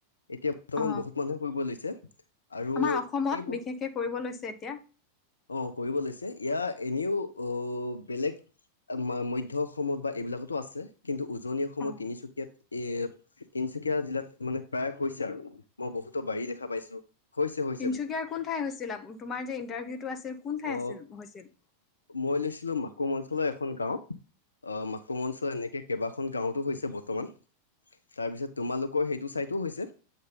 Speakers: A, on the left (about 75°); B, on the left (about 25°).
A: এতিয়া বৰ্তমান
B: অ
A: বহুত মানুহে কৰিব লৈছে। আৰু।
B: আমাৰ অসমত
A: এই বস্তু
B: বিশেষকে কৰিব লৈছে এতিয়া।
A: অ কৰিব লৈছে ইয়াৰ এনেও অ বেলেগ। মাধ্যয় অসমত বা এইবিলাকতো আছে কিন্তু। উজনি অসমৰ
B: অ
A: তিনিচুকীয়াত এ তিনিচুকীয়া জিলাত মানে প্ৰায় হৈছে আৰু। মই বহুতো বাৰী দেখা পাইছো, হৈছে হৈ।
B: তিনিচুকীয়াৰ কোন ঠাই হৈছিল তোমাৰ যে ইণ্টাৰভিউটো আছিল কোন ঠাই
A: অ
B: আছিল হৈছিল।
A: মই লৈছিলোঁ মাকুম অঞ্চলৰ এখন গাঁও। অ মাকুম অঞ্চল এনেকে কেইবাখ। খন গাঁওতো হৈছে বৰ্তমান তাৰপিছত তোমালোকৰ সেইটো চাইটো হৈছে।